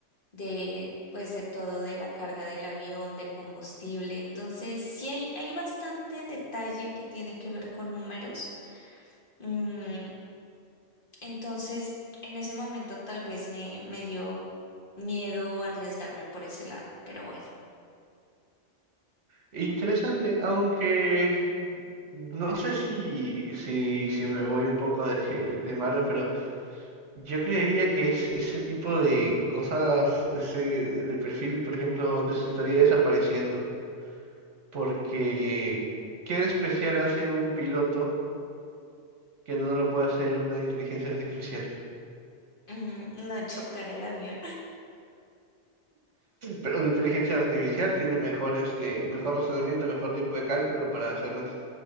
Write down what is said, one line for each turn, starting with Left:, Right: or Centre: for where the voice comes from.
Left: de pues de todo, de la carga del avión, de combustible. Entonces, sí hay, hay bastante detalle que tiene que ver con números. Mm, entonces, en ese momento tal vez me, me dio miedo arriesgarme por ese lado, pero bueno,
Right: interesante, aunque no sé si, si, si me voy un poco de, <laughs> de malo, pero Yo creería que es ese tipo de cosas, ese de perfil, por ejemplo, des- estaría desapareciendo, porque ¿qué de especial hace un piloto que no lo puede hacer una inteligencia artificial?
Left: mm, no chocar el avión.
Right: Pero una inteligencia artificial tiene mejor, este, mejor razonamiento, mejor tiempo de cálculo para hacer las,